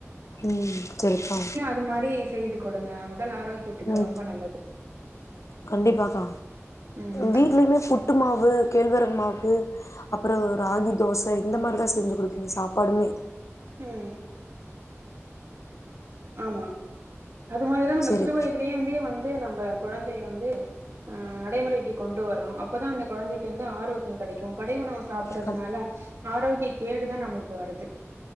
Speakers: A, on the left; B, on the right.
A: ம் செரிப்பா
B: இந்த மாதிரி செய்து குடுங்க உடல் ஆரோக்கியத்துக்கு
A: ம்
B: ரொம்ப நல்லது
A: கண்டிப்பாக்கா
B: ம்
A: வீட்லயுமே புட்டு மாவு கேழ்வரகு மாவு அப்றோ ராகி தோச இந்த மாதிரிதா செஞ்சு குடுப்பே சாப்பாடுமே
B: ம் ஆமா அது மாதிரிதா நம்ம
A: சரிக்கா
B: சிறு வயதுலய இருந்தே வந்து நம்ம குழந்தைய வந்து ஆ நடைமுறைக்கு கொண்டு வரணு அப்பதா அந்த குழந்தைக்கு வந்து ஆரோக்கிய கிடைக்கு கடை உணவு சாப்பறதுனால
A: கண்
B: ஆரோக்கிய கேடுதா நம்மளுக்கு வருது